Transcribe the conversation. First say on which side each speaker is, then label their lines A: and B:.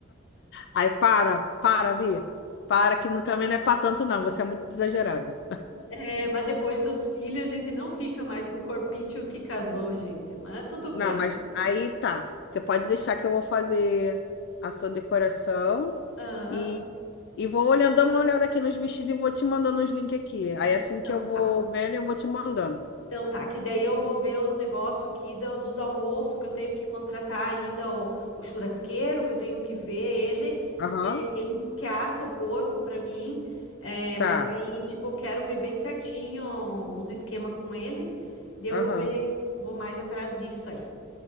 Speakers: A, on the left (about 60°); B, on the left (about 85°).
A: Aí para, para, Vi. Para que não- também não é pra tanto não, você é muito exagerada.
B: É, mas depois dos filhos a gente não fica mais com o corpício que casou, gente. Mas tudo bem.
A: Não, mas aí tá. Você pode deixar que eu vou fazer a sua decoração
B: Ah,
A: e, e vou olhando, dando uma olhada aqui nos vestidos e vou te mandando os links aqui. Aí
B: então
A: assim que eu vou
B: tá.
A: vendo, eu vou te mandando.
B: Então tá, que daí eu vou ver os negócios aqui do- dos almoços que eu tenho que contratar ainda o, o churrasqueiro, que eu tenho que ver ele.
A: Aham,
B: É, ele disse que assa o porco para mim, é,
A: tá.
B: mas aí, tipo, eu quero ver bem certinho os esquemas com ele. Daí eu
A: Aham.
B: vou ver, eu vou mais atrás disso aí.